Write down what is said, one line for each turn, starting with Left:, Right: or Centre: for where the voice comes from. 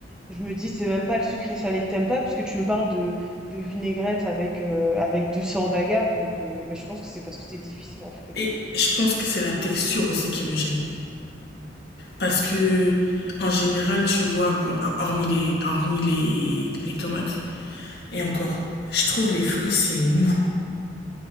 Centre: je me dis c'est même pas le sucré salé que t'aimes pas puisque tu me parles de de vinaigrette avec euh, avec du sirop d'agave donc euh, mais je pense que c'est parce que c'est difficile en fait.
Left: Et je pense que c'est la texture aussi qui me gêne. Parce que, en général, tu vois, bon, hormis les, hormis les, les tomates, et encore, je trouve les fruits, c'est mou.